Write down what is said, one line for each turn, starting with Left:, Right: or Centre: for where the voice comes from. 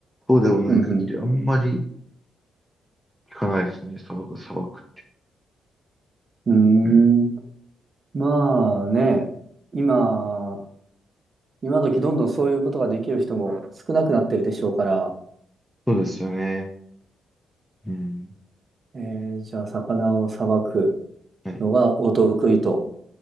Centre: そうでもない限りあんまり
Right: うん
Centre: 聞かないですね、砂漠、砂漠。
Right: うん。
Centre: うん、
Right: うーん、まあね、今、今時どんどんそういうことができる人も少なくなってるでしょうから、
Centre: そうですよね。うん。
Right: えー、じゃあ魚をさばく
Centre: はい。
Right: のがお得意と。